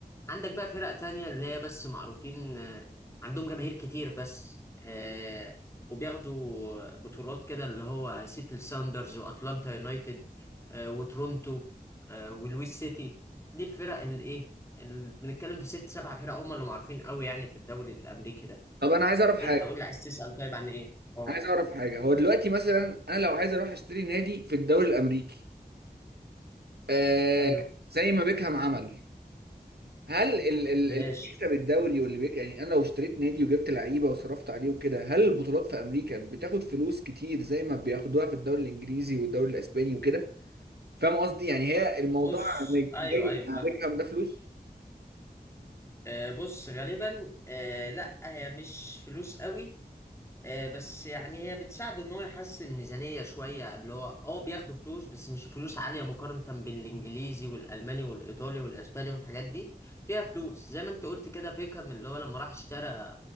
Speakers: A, on the left; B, on the right.
A: عندك بقى فرق تانية اللي هي بس معروفين آه، عندهم جماهير كتير بس آه، وبياخدوا بطولات كده اللي هو سيتل ساوندرز واتلانتا يونايتد آه، وتورونتو آه، ولويس سيتي دي الفرق اللي ايه اللي بنتكلم في ست سبع فرق هم اللي معروفين قوي يعني في الدوري الامريكي ده
B: طب أنا عايز أعرف
A: انت
B: حاجة
A: قول لي عايز تسأل طيب عن ايه اه
B: عايز أعرف حاجة هو دلوقتي مثلا أنا لو عايز أروح أشتري نادي في الدوري الأمريكي آه
A: حلو
B: زي ما بيكهام عمل هل ال... ال...
A: ماشي
B: اللي بيكسب الدوري واللي بيك... يعني أنا لو اشتريت نادي وجبت لعيبة وصرفت عليه وكده هل البطولات في أمريكا بتاخد فلوس كتير زي ما بياخدوها في الدوري الإنجليزي والدوري الإسباني وكده؟ فاهم قصدي يعني هي الموضوع
A: بص
B: يعني جاي
A: ايوه ايوه فاهم
B: على بيكهام ده فلوس
A: آه، بص غالبا آه، لا هي مش فلوس قوي آه، بس يعني هي بتساعده ان هو يحسن الميزانيه شويه اللي هو اه بياخدوا فلوس بس مش فلوس عاليه مقارنه بالانجليزي والالماني والايطالي والاسباني والحاجات دي فيها فلوس زي ما انت قلت كده بيكهام اللي هو لما راح اشترى